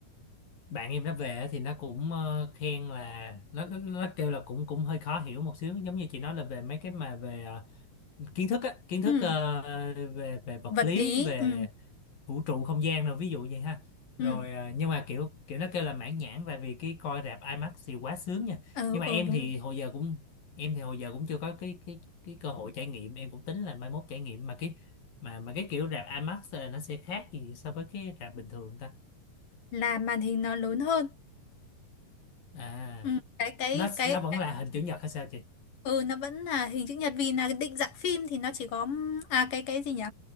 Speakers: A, on the left; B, on the left.
A: bạn em nó về á thì nó cũng ờ, khen là nó, nó nó kêu là cũng cũng hơi khó hiểu một xíu giống như chị nói là về mấy cái mà về ờ, kiến thức á kiến thức
B: ừ.
A: ờ, về về vật
B: vật
A: lý
B: lý
A: về
B: ừ
A: vũ trụ không gian rồi ví dụ vậy ha rồi
B: ừ
A: à, nhưng mà kiểu kiểu nó kêu là mãn nhãn tại vì cái coi rạp IMAX thì quá sướng nha
B: ừ,
A: nhưng mà
B: ừ
A: em
B: đúng
A: thì
B: rồi.
A: hồi giờ cũng em thì hồi giờ cũng chưa có cái cái cái cơ hội trải nghiệm em cũng tính là mai mốt trải nghiệm mà cái mà mà cái kiểu rạp IMAX là nó sẽ khác gì so với cái rạp bình thường ta
B: là màn hình nó lớn hơn
A: à
B: ừ. cái cái
A: nó
B: cái,
A: nó vẫn
B: cái
A: là hình chữ nhật hay sao chị
B: ừ nó vẫn là hình chữ nhật vì là định dạng phim thì nó chỉ có à cái cái gì nhỉ